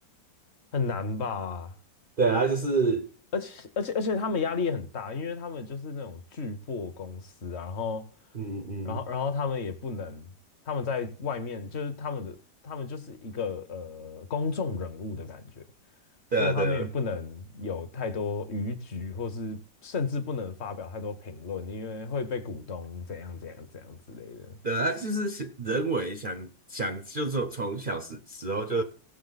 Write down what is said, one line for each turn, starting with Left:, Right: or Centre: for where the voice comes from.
Left: 很难吧？
Right: 对啊，就是
Left: 而且而且而且他们压力也很大，因为他们就是那种巨破公司啊然后
Right: 嗯嗯，
Left: 然后然后他们也不能，他们在外面就是他们的他们就是一个呃公众人物的感觉，所以他们也不能有太多逾矩，
Right: 对啊，对啊，
Left: 或是甚至不能发表太多评论，因为会被股东怎样怎样怎样之类的。
Right: 对啊，他就是想人为想想，就从从小时时候就